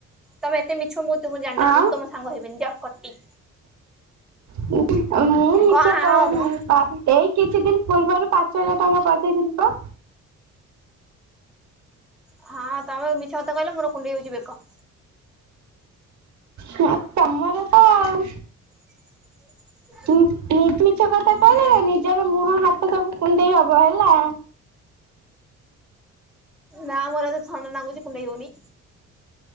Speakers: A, in the centre; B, on the right (about 65°).
A: ତମେ ଏତେ ମିଛ ମୁଁ ତୁମକୁ ଜାଣିିନଥିଲ
B: ଆଉ
A: ମୁଁ ତମ ସାଙ୍ଗ ହେବିନି ଯା କଟି।
B: ମୁଁ ମିଛ
A: କଣ
B: କହୁନି
A: ହଁ ମ
B: <inaudible> କିଛି ଦି୍ନ ପୂର୍ବରୁ ପାଞ୍ଚ ହଜାର ଟଙ୍କା ପଠେଇ ଥିଲି ପା।
A: ହଁ ତମେ ଏବେ ମିଛ କଥା କହିଲ ମୋର କୁଣ୍ଡେଇ ହଉଚି ବେକ।
B: ହଁ ତମର ତ ଆଉ
A: <inaudible>
B: <inaudible> ମିଛ କଥା କହିଲେ
A: ହୁଁ
B: ନା ନିଜର ମୁହଁ ହାତ ସବୁ କୁଣ୍ଡେଇ ହବ ହେଲା।
A: ନା ମୋର ଏ ତ ଥଣ୍ଡା ନାଗୁଚି କୁଣ୍ଡେଇ ହଉନି।